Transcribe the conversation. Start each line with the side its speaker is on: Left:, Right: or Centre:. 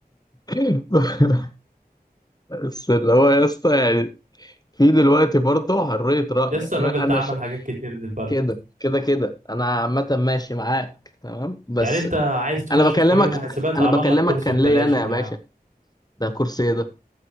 Left: <laughs> بس اللي هو يا اسطى يعني في دلوقتي برضه حريه راي
Right: يا اسطى الراجل
Left: انا انا
Right: ده عمل
Left: ش...
Right: حاجات كتير للبلد
Left: كده كده كده انا عامه ماشي معاك تمام بس
Right: يعني انت عايز تخش
Left: انا بكلمك
Right: في مجال الحاسبات
Left: انا
Right: عمل
Left: بكلمك
Right: لك كورس
Left: كان
Right: ببلاش
Left: ليا انا
Right: اهو
Left: يا باشا
Right: يا عم
Left: ده كرسي ايه ده